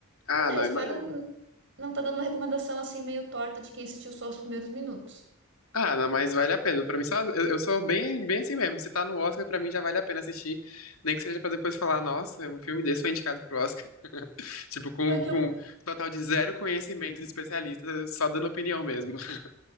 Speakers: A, on the left; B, on the right.
A: Ah,
B: Vamos ver,
A: não,
B: eu espero
A: é mais.
B: n- não tá dando uma recomendação assim meio torta de quem assistiu só os primeiros minutos.
A: Ah, não, mas vale a pena. Pra mim, só, eu, eu sou bem, bem assim mesmo. Se tá no Oscar, pra mim já vale a pena assistir. Nem que seja pra depois falar, nossa, é um filme desse foi indicado pro Oscar. <laughs> Tipo, com,
B: Foi o que
A: com
B: eu,
A: total de zero conhecimento de especialista, só dando opinião mesmo. <laughs>